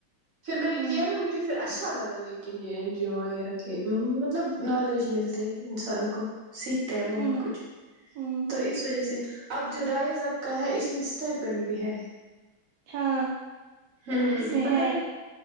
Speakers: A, on the right; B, on the right.
A: پھر میں نے
B: ہوں
A: کیا نا مھے پھر اچھا اچھا لگا لیکن یہ این جی او وغیرہ کے مطلب نالج ملتے انسان کو سیکھ بہت
B: ہوں
A: کچھ
B: ہوں
A: تو
B: ہوں
A: اس وجہ سے اب جو رائز اب کا ہے اس میں اسٹائیپن بھی ہے
B: ہاں
A: ہوں
B: اس میں
A: پتا
B: ہے
A: نہیں